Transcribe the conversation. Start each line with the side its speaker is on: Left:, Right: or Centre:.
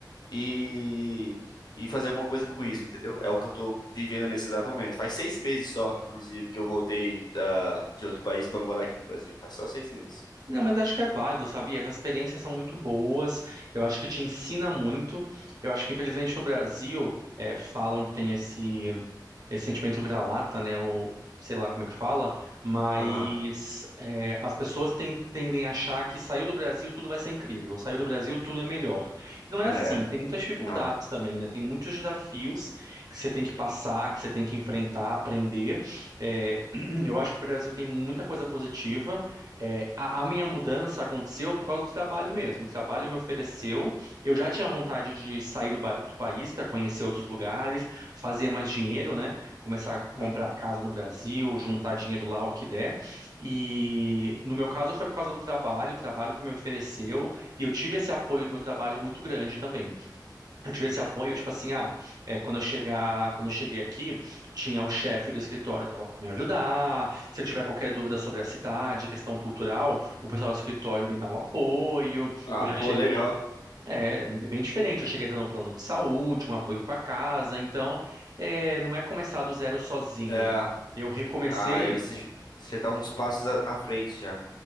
Left: e, e fazer alguma coisa com isso, entendeu? É o que eu tô vivendo nesse exato momento. Faz seis meses só, inclusive, que eu voltei da, de outro país para morar aqui no Brasil. Faz só seis meses.
Right: Não, mas acho que é válido, sabe? As experiências são muito boas, eu acho que te ensina muito. Eu acho que, infelizmente, no Brasil, eh, falam que tem esse, esse sentimento vira-lata, né? Ou sei lá como é que fala, mas
Left: Aham.
Right: eh, as pessoas ten- tendem a achar que saiu do Brasil tudo vai ser incrível, saiu do Brasil tudo é melhor. E não é
Left: É,
Right: assim, tem muitas dificuldades
Left: não.
Right: também, né? Tem muitos desafios que você tem que passar, que você tem que enfrentar, aprender. Eh, <clears throat> eu acho que o Brasil tem muita coisa positiva. É, a, a minha mudança aconteceu por causa do trabalho mesmo. O trabalho me ofereceu. Eu já tinha vontade de sair do, ba- do país para conhecer outros lugares, fazer mais dinheiro, né? Começar a comprar
Left: Uhum.
Right: casa no Brasil, juntar dinheiro lá, o que der. E no meu caso foi por causa do trabalho, o trabalho que me ofereceu. E eu tive esse apoio do meu trabalho muito grande também. Eu tive esse apoio, tipo assim, ah, é, quando eu chegar, quando eu cheguei aqui, tinha o chefe do escritório que estava para me ajudar. Se eu tiver qualquer dúvida sobre a cidade, questão cultural, o pessoal do escritório me dá um apoio.
Left: Ah,
Right: Eu já cheguei,
Left: pô, legal.
Right: é, é bem diferente. Eu cheguei tendo um plano de saúde, um apoio com a casa. Então, é, não é começar do zero sozinho.
Left: É.
Right: Eu recomecei
Left: Ah, eu, você você já tá uns passos à à frente já.